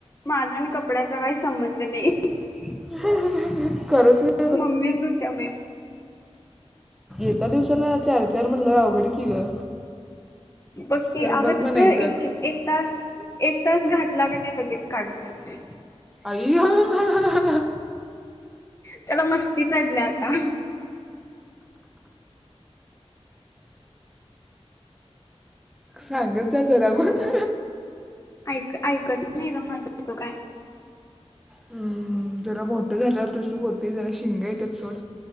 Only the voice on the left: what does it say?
माझ आणि कपड्याचा काही संबंध नाही.
मम्मीच धुते बई
बग की,
आग..
एक.. एक तास एक तास घातला का नाही लगेच काढून टाकतोय.
त्याला मस्ती चढल्या आता.
ऐक.. ऐकत नाही माझा तो काय